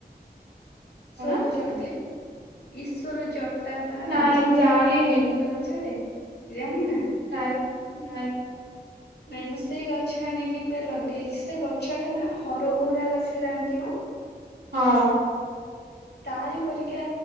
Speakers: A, on the right (about 85°); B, on the left (about 80°).
A: କଣ
B: ଶ୍ୱର ଜଦି ଈଶ୍ୱର ଜ ଟା ବା
A: ନାଇଁ
B: ଗଞ୍ଜା ମକୁଟ
A: ଜାଣିନି।
B: କୁହନ୍ତିନି ଗୋଟେ ଗଛଟେ। ଜାଣି ନାଁ
A: ନାଇଁ ନାଇଁ
B: ନାଇଁ ମୁଁ ସେଇ ଗଛ ଆଣିକି ପୁରା ଲଗେଇଛି ସେ ଗଛଟା ନାଁ ହରଗୋଉରା ଗଛ ଜାଣଥିବ।
A: ହଁ।
B: ତାରି ପରିକା